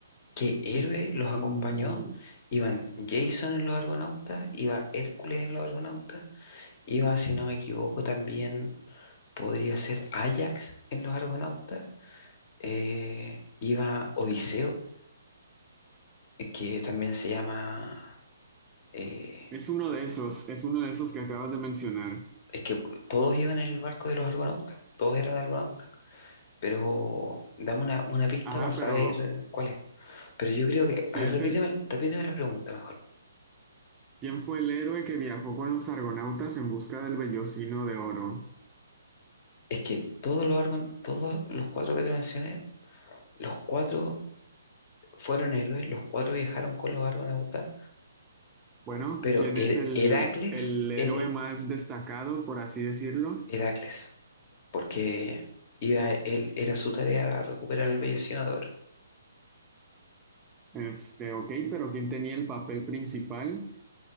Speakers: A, on the left; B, on the right.
A: ¿Qué héroe
B: Mm,
A: los acompañó?
B: mm,
A: Iban Jason en los Argonautas, iba Hércules en los Argonautas, iba, si no me equivoco, también podría ser Ajax en los Argonautas, eh, iba Odiseo, eh, que también se llama, eh,
B: es uno de esos, es uno de esos que acabas de mencionar.
A: es que todos iban en el barco de los Argonautas, todos eran Argonautas, pero dame una, una pista
B: Ajá,
A: para saber
B: pero
A: cuál es. Pero yo creo que,
B: si
A: a ver,
B: es
A: repíteme,
B: el,
A: repíteme la pregunta mejor.
B: ¿quién fue el héroe que viajó con los argonautas en busca del vellocino de oro?
A: Es que todos los, argon- todos los cuatro que te mencioné Los cuatro fueron héroes, los cuatro viajaron con los argonautas,
B: Bueno,
A: pero
B: ¿quién
A: Her-
B: es el,
A: Heracles,
B: el héroe
A: Here-
B: más destacado, por así decirlo?
A: Heracles, porque iba, él, era su tarea recuperar el vellocino de oro.
B: Este, ok, pero ¿quién tenía el papel principal?